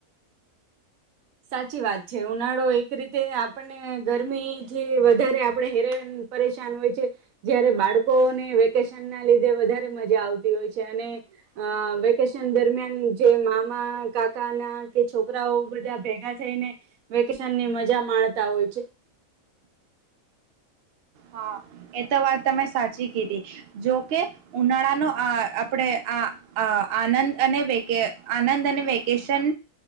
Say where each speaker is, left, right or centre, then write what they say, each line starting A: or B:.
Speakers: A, on the right (about 75°); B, on the right (about 65°).
A: સાચી વાત છે ઉનાળો એક રીતે આપણને ગરમીથી વધારે આપણે હેરે પરેશાન હોય છે જયારે બાળકોને વેકેશન ના લીધે વધારે મજા આવતી હોય છે અને અ વેકેશન દરમિયાન જે મામા કાકા ના. કે છોકરાઓ વા. ભેગા થઈને વેકેશન ની મજા માણતા હોય છે.
B: હા એ તો વાત તમે સાચી. હતી જો કે. ઉનાળાનો આ આપણે આ આનંદ અનેેકે આનંદ અને વેકેશન